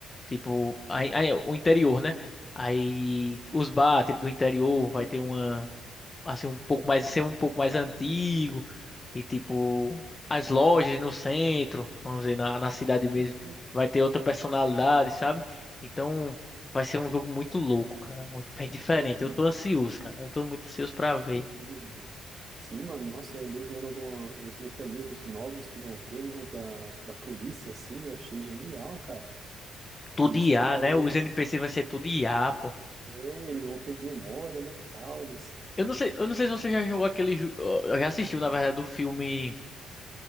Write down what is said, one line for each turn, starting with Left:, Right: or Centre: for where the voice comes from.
Left: Tipo, aí, aí o interior, né? Aí os bar, tipo, do interior vai ter uma assim um pouco mais ser um pouco mais antigo e tipo as lojas no centro, vamos dizer, na, na cidade mesmo,
Right: que, bri-
Left: vai ter outra personalidade, sabe? Então vai ser um jogo muito louco, cara, muito bem diferente.
Right: pô, que,
Left: Eu tô ansioso, cara. Eu tô muito ansioso pra ver.
Right: que brisa, mano. Sim, mano, nossa, eu andei vendo alguma, uns mecanismos novos que vão ter, né, da, da polícia, assim, eu achei genial, cara.
Left: Tudo
Right: A polícia,
Left: IA,
Right: ela vai,
Left: né? Os NPC vai ser tudo IA, pô.
Right: é, eles vão ter memória, né, tal, eles...
Left: Eu não sei, eu não sei se você já jogou aquele, ju- eu já assistiu, na verdade, do filme